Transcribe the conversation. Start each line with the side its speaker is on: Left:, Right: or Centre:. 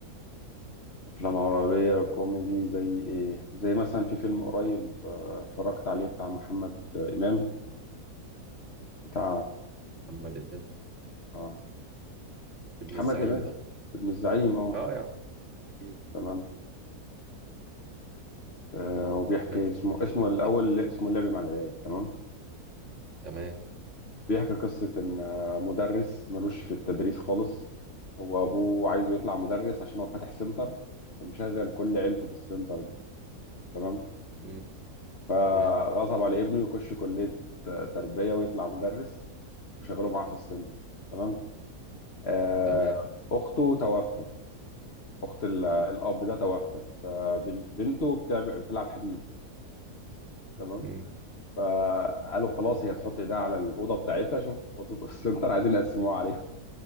Left: الافلام العربيه كوميدي زي ايه زي مثلا في فيلم قريب آه، اتفرجت عليه بتاع محمد امام بتاع
Right: محمد امام
Left: اه آه،
Right: ابن
Left: محمد
Right: الزعيم
Left: امام
Right: ده
Left: ابن الزعيم اه
Right: اه يا عم اكيد
Left: تمام آه وبيحكي
Right: كان
Left: اسمه
Right: كوميدي
Left: اسمه
Right: ولا
Left: الاول
Right: كده؟
Left: اسمه اللعب مع العيال تمام
Right: تمام
Left: بيحكي قصة إن مدرس ملوش في التدريس خالص هو أبوه عايزه يطلع مدرس عشان هو فاتح سنتر ومشغل كل عيلته في السنتر ده تمام
Right: مم.
Left: فغصب
Right: تمام
Left: على ابنه يخش كلية تربية ويطلع مدرس وشغله معاه في السنتر تمام آه،
Right: تمام
Left: أخته توفت أخت ال- الأب ده توفت فبنته بتعمل بتلعب حديد تمام
Right: مم.
Left: فقالوا خلاص هي تحط ايديها على الأوضة بتاعتها شوف أوضة <laughs> السنتر عايزين يقسموها عليهم